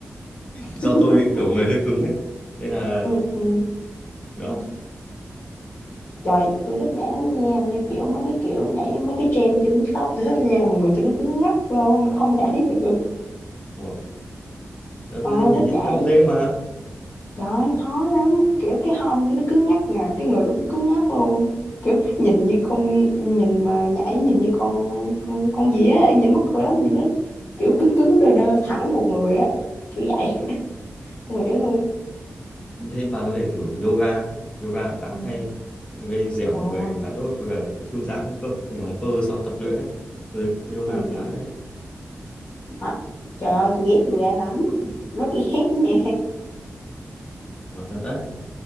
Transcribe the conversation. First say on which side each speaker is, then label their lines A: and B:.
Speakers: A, on the left; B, on the left.
A: do
B: <laughs>
A: tôi kiểu người hơi cứng ấy nên là
B: Ừ ừ.
A: đó
B: Trời, tôi thích nhảy lắm nha, như kiểu mấy cái kiểu nhảy mấy cái trend trên TikTok tôi thích nha, mà người tôi nó cứng ngắc luôn, không <laughs> nhảy được.
A: Ủa, đó
B: Ờ,
A: tôi nhảy
B: thích
A: trên
B: nhảy.
A: TikTok dễ mà
B: Trời khó lắm, kiểu cái hông tôi nó cứng ngắc nè, cái người tôi cũng cứng ngắc luôn. Kiểu nhìn như con nhìn mà nhảy nhìn như con con con gì á, nhìn mắc cười lắm, nhìn nó kiểu cứng cứng đơ đơ thẳng một người á, kiểu vậy. Không hiểu luôn.
A: thế bà có thể thử yoga yoga khá hay gây dẻo
B: Rồi.
A: người khá tốt với cả thư giãn cơ nhóm cơ sau tập luyện đấy Ừ, yoga
B: Ừ
A: cũng
B: ừ.
A: khá hay
B: Hả? Trời ơi, tôi ghét yoga lắm. <laughs> Rất ghét nha.
A: quả thật đấy